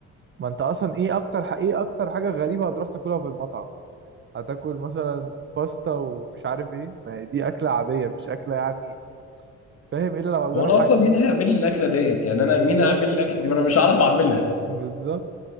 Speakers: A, on the right; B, on the left.
A: ما انت اصلا ايه اكتر ح- ايه اكتر حاجه غريبه هتروح تاكلها في المطعم هتاكل مثلا باستا ومش عارف ايه ما هي دي اكله عاديه مش اكله يعني فاهم الا لو هتجرب
B: هو انا
A: حاجه
B: اصلا
A: جديده
B: مين هيعمل لي الاكله ديت يعني انا
A: بالظبط
B: مين هيعمل لي الاكله دي ما انا مش عارف اعملها
A: بالظبط